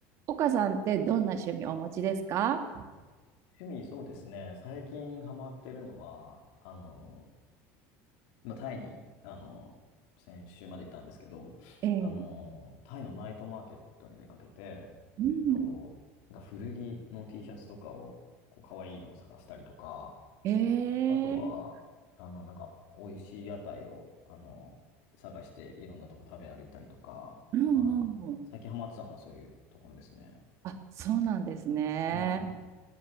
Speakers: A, on the right; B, on the left.
A: 岡さんってどんな趣味をお持ちですか
B: 趣味、そうですね。最近ハマってるのは、あの、まあ、タイに、あの、先週までいたんですけど、
A: ええ。
B: あの、タイのナイトマーケットに出かけて、
A: うん。
B: えっと、が古着の T シャツとかを、こう、可愛いのを探したりとか、
A: え
B: あとは、
A: え。
B: あの、なんか、美味しい屋台を、あの、探して、いろんなとこ食べ歩いたりとか、
A: うんうんうん。
B: はい。最近ハマってたのはそういうところですね。
A: あ、そうなんですね。
B: うん。